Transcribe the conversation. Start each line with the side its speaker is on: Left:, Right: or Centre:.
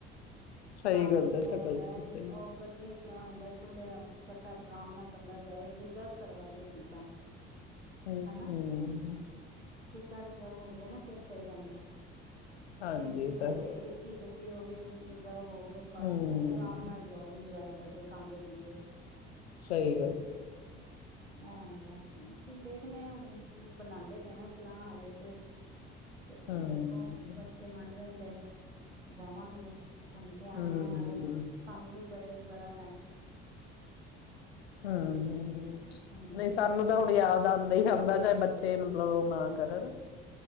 Right: <inaudible>
Left: ਸਹੀ
Right: ਕਾਰ
Left: ਗੱਲ
Right: ਵਿਚ
Left: ਹੈ
Right: ਐਹ
Left: ਤੁਹਾਡੀ
Right: ਹੁੰਦਾ
Left: ਸਹੀ
Right: ਉਹ ਗੱਡੀਆਂ ਚ ਐ ਹੁੰਦਾ ਖੁੱਲੇ ਬ ਆਰਾਮ ਨਾਲ ਬੰਦਾ ਜਾਏ <unintelligible> ਰਿਜ਼ਰਵ ਕਰਵਾ ਲ ਸੀਟਾਂ
Left: ਹਮ
Right: ਹਨਾ
Left: ਹਮ
Right: ਸੀਟਾਂ ਰਿਜ਼ਰਵ ਹੁੰਦੀਆਂ ਨਾ ਫਿਰ ਸਹੀ ਰਹਿੰਦਾ
Left: ਹਾਂਜੀ
Right: ਐ ਏਸੀ
Left: ਇਹ
Right: ਹੋਵੇ
Left: ਤਾਂ ਹੈ
Right: ਏਸੀ ਹੋਵੇ ਇਹ ਜਾਓ <unintelligible> ਹੋਵੇ ਬਸ
Left: ਹੂੰ,
Right: ਸ ਆਰਾਮ ਨਾਲ ਜਾਓ ਇੰਜੋਏ ਕ ਕਰਦੇ ਖਾਂਦੇ ਪੀਂਦੇ
Left: ਸਹੀ
Right: ਐ ਆਂਦਾ ਦੇਖਣੇ ਆ ਹੁਣ ਬਣਾਉਦੇ ਪਏ ਆ ਸਲਾਹ ਹਾਲੇ ਤੇ ਤੇ
Left: ਹੂੰ,
Right: ਵੇਖੋ ਬੱਚੇ ਮੰਨ ਜਾਂਦੇ ਜਾਵਾਂਗੇ ਘੁੰਮ ਕੇ ਆਉਂਨਿਆ
Left: ਹੂੰ,
Right: ਨਾਲੇ ਸਾਨੂੰ ਵੀ ਬਏ ਬੜਾ
Left: ਹਮ ਹਮ
Right: ਹਮ ਹਾਂਜੀ,
Left: ਨਹੀਂ ਸਾਨੂੰ ਤਾਂ ਹੁਣ ਯਾਦ ਆਂਦਾ ਹੀ ਆਂਦਾ ੇ <unintelligible> ਬੱਚੇ ਮਤਲਬ ਨਾ ਕਰਨ